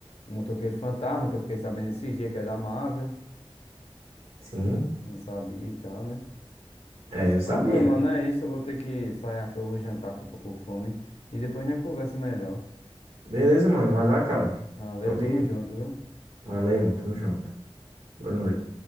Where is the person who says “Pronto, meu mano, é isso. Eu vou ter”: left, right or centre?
Left